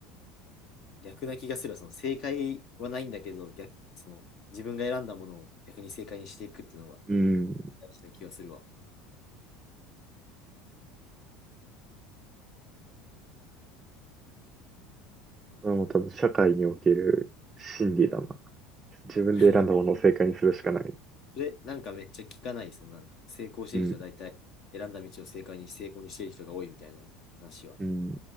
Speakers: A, on the left; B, on the right.
A: 逆な気がするわ、その正解はないんだけど、逆、その自分が選んだものを逆に正解にしていくっていうのは
B: うん。
A: 大事な気がするわ。
B: これも多分社会における真理だな。
A: うん
B: 自分で選んだものを正解にするしかない。
A: <laughs> で、なんかめっちゃ聞かない、そのなんか、成功してる人は大体選んだ道を正解にし成功にしてる人が多いみたいな話は、
B: うん。うん。